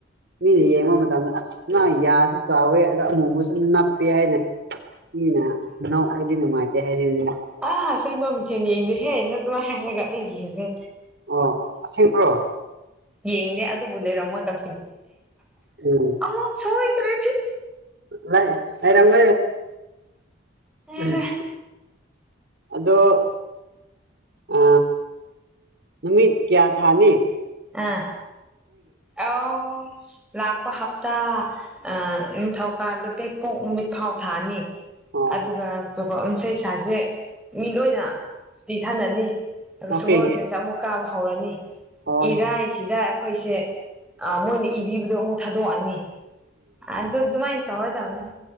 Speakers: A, on the right; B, in the centre.
A: ꯃꯤꯅ ꯌꯦꯡꯕ ꯃꯇꯝꯗ ꯑꯁ ꯃꯥ ꯌꯥꯁꯨ ꯆꯥꯎꯋꯦ ꯑꯗ ꯑꯃꯨ ꯆꯅ ꯄꯏꯅ ꯏꯅꯦ ꯃꯥꯏ ꯍꯥꯏ ꯁꯤꯗꯅ
B: ꯑ ꯍꯥꯥ ꯁꯤꯦꯡꯕꯝꯁ ꯌꯦꯡꯗꯦ ꯍꯦ ꯅ ꯑꯗꯨꯃ ꯍ ꯑꯩ ꯌꯦꯡꯗꯦ
A: ꯑꯣꯁꯕ꯭ꯔꯣ
B: ꯌꯦꯡꯗꯦ ꯑꯗꯨꯕꯨ ꯂꯩꯔꯝꯃꯣꯏ ꯗ
A: ꯎꯝ
B: ꯑꯃꯨꯛ ꯁ꯭ꯔꯦ
A: ꯂꯩꯔꯝ
B: ꯍꯥꯏꯔꯦ
A: ꯝ ꯑꯗꯣ ꯑ ꯅꯨꯃꯤꯠ ꯀꯌꯥ ꯊꯥꯅꯦ
B: ꯑ ꯑ ꯅꯥꯛꯄ ꯍꯥ ꯇꯥ ꯑ ꯊꯀ ꯑꯂꯨ ꯄꯦꯛꯄꯣꯛ ꯅꯨꯃꯤꯠ ꯐꯥꯎ ꯊꯥꯅꯤ
A: ꯑꯣ
B: ꯑꯗꯨꯒ ꯄ ꯏꯁꯩ ꯏꯁꯩꯁꯥꯁꯦ ꯃꯤꯠ ꯑꯣꯏꯅ ꯇꯤ ꯊꯥꯅꯅꯤ ꯑꯗꯨꯒ
A: ꯑꯣꯀꯦ
B: ꯁꯒꯣꯜꯁꯦꯁꯨ ꯑꯃꯨꯛ ꯀꯥꯕ ꯍꯧꯔꯅꯤ
A: ꯍꯣꯏ
B: ꯏꯔꯥꯏꯁꯤꯗ ꯑꯩꯈꯣꯏꯁꯦ ꯃꯣꯏꯅ ꯏꯕꯤꯕꯗꯣ ꯑꯃꯨꯛ ꯊꯥꯗꯣꯛꯑꯅꯤ ꯑ ꯑꯗꯨ ꯑꯗꯨ ꯃꯥꯏꯟ ꯇꯧꯗꯕꯅꯤ